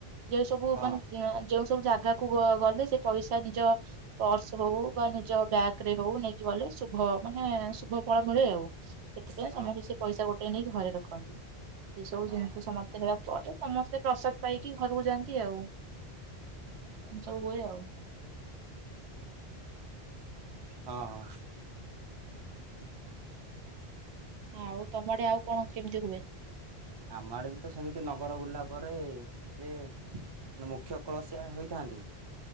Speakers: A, on the right; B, on the right.
A: ଯେଉଁ ସବୁ
B: ହଁ
A: ମାନେ ଯେଉଁ ସବୁ ଜାଗ ଆଗାକୁ ଗଲେ ସେ ପଇସା ନିଜ ପର୍ସ ହଉ ବା ନିଜ ବ୍ୟାଗରେ ହଉ ନେଇକି ଗଲେ ଶୁଭ ମାନେ ଶୁଭ ଫଳ ମିଳେ ଆଉ ସେଥିପାଇଁ
B: ହଁ
A: ସମସ୍ତେ
B: ହଁ
A: ସେ ପଇସା ଗୋଟେ ନେଇକ ଘରେ ଦେଖନ୍ତି ଏ ସବୁ
B: ହଁ
A: ଜିନିଷ ସମସ୍ତେ ପରେ ସମସ୍ତେ ପ୍ରସାଦ ପାଇକି ଘରକୁ ଯାଆନ୍ତି ଆଉ ଏମ ସବୁ ହୁଏ ଆଉ
B: ହଁ ହଁ
A: ହଁ ଆଉ ତମ ଟେ ଆଉ କଣ କେମିତି ହୁଏ
B: ଆମ ଆଡେ ବି ତ ସେମିତି ନଗର ବୁିଲିଲା ପରେ ଯିଏ ମୁଖ୍ୟ କଳସିଆ ହୋଇଥାନ୍ତି।